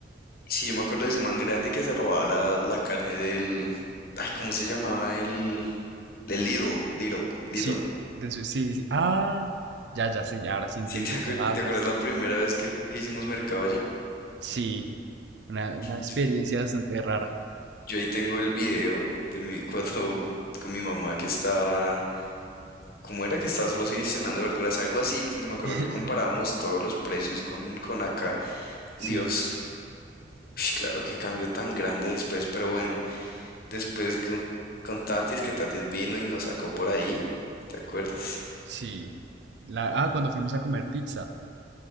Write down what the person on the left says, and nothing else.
Sí, yo me acuerdo de ese man grande que se robaba la, la carne del... Ay, ¿cómo se llamaba el... El Lidl, Lidl, Lidl.
Sí, te acuer-
¿Y te acuerdas la primera vez que hicimos mercado allá?
Yo
Yo ahí tengo el video de mi <laughs> cuando con mi mamá que estaba, ¿cómo era que estaba solo seleccionando verduras? Algo así, que no me acuerdo
que comparábamos todos los precios con, con acá.
Dios, uy, claro que cambio tan grande después, pero bueno, después con, con Tatis, que Tatis vino y nos sacó por ahí, ¿te acuerdas?